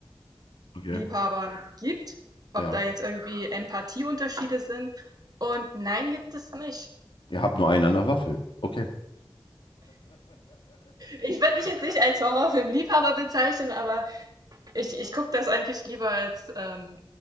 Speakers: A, on the left; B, on the right.
A: okay,
B: Horrorfilm-Liebhabern gibt. Ob
A: ja.
B: da jetzt irgendwie Empathieunterschiede sind. Und nein, gibt es nicht.
A: Ihr habt nur einen an der Waffel. Okay.
B: Ich würde mich jetzt nicht
A: <laughs>
B: als Horrorfilm-Liebhaber bezeichnen, aber ich, ich gucke das eigentlich lieber als ähm,